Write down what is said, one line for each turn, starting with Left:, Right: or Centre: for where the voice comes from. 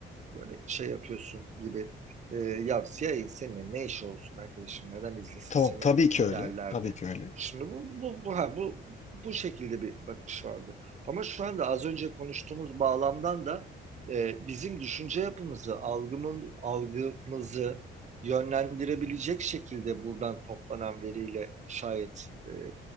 Right: böyle şey yapıyorsun gibi e, ya CIA'nin seninle ne işi olsun arkadaşım neden izlesin
Left: Tamam
Right: seni
Left: tabii ki
Right: derlerdi.
Left: öyle. Tabii ki öyle.
Right: Şimdi bu bu bu ha, bu bu şekilde bir bakış vardı. Ama şu anda az önce konuştuğumuz bağlamdan da e, bizim düşünce yapımızı, algımın, algımızı yönlendirebilecek şekilde buradan toplanan veriyle şayet e,